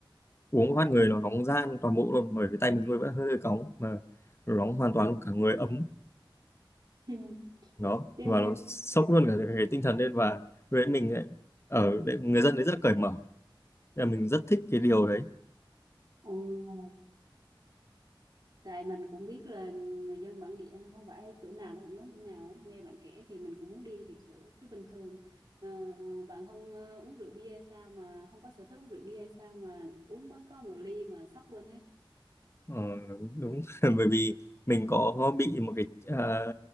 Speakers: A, on the left; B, on the right.
A: uống phát người nó nóng ran toàn bộ luôn bởi vì tay mình nuôi vẫn hơi cóng mà nó nóng hoàn toàn cả người ấm
B: <laughs>
A: đó
B: Thế,
A: và nó sốc luôn cả cái, tinh thần lên và với mình ấy, ở đấy, người dân đấy rất cởi mở Thế là mình rất thích cái điều đấy
B: ồ, tại mình cũng biết là người dân bản địa không phải chỗ nào nó cũng giống chỗ nào ấy. Nghe bạn kể thì mình cũng muốn đi thiệt sự. Chứ bình thường ờ, bạn không ờ, uống rượu bia hay sao mà không có sở thích uống rượu bia hay sao mà uống mới có một ly mà sốc luôn hết.
A: ờ, đúng <laughs> bởi vì mình có bị một cái à,